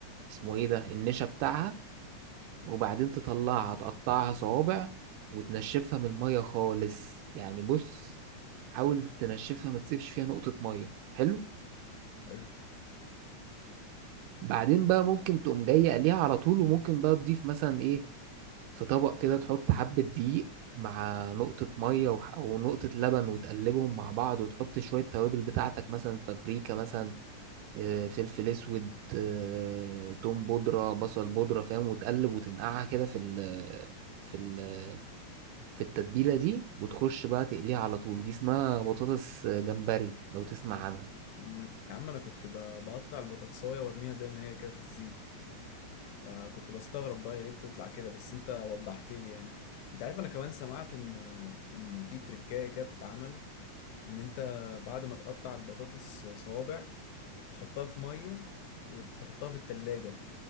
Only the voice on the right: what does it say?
اسمه ايه ده النشا بتاعها وبعدين تطلعها تقطعها صوابع وتنشفها من المية خالص يعني بص حاول تنشفها ما تسيبش فيها نقطة مية حلو
بعدين بقى ممكن تقوم جاي قليها على طول وممكن بقى تضيف مثلا ايه في طبق كده تحط حبة دقيق مع نقطة مية وح- ونقطة لبن وتقلبهم مع بعض وتحط شوية توابل بتاعتك مثلا بابريكا مثلا آه، فلفل اسود آه، توم بودرة بصل بودرة فاهم وتقلب وتنقعها كده في ال في ال في التتبيلة دي وتخش بقى تقليها على طول دي اسمها بطاطس جمبري لو تسمع عنها